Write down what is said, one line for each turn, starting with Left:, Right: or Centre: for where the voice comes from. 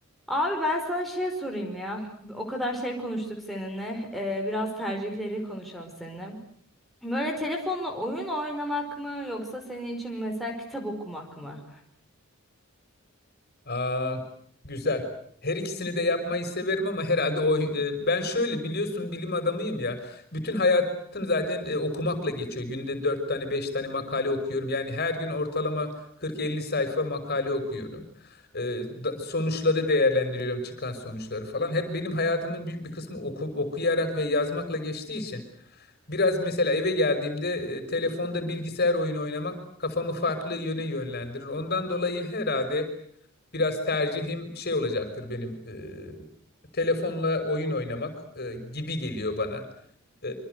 Centre: Abi ben sana şey sorayım ya. O kadar şey konuştuk seninle. Ee, biraz tercihleri konuşalım seninle. Böyle telefonla oyun oynamak mı yoksa senin için mesela kitap okumak mı?
Left: Aa, güzel. Her ikisini de yapmayı severim ama herhalde o e, ben şöyle biliyorsun bilim adamıyım ya. Bütün hayatım zaten e, okumakla geçiyor. Günde 4 tane 5 tane makale okuyorum. Yani her gün ortalama 40-50 sayfa makale okuyorum. E, da- sonuçları değerlendiriyorum çıkan sonuçları falan. Hep benim hayatımın büyük bir kısmı oku- okuyarak ve yazmakla geçtiği için biraz mesela eve geldiğimde e, telefonda bilgisayar oyunu oynamak kafamı farklı yöne yönlendirir. Ondan dolayı herhalde biraz tercihim şey olacaktır benim e, telefonla oyun oynamak e, gibi geliyor bana. E,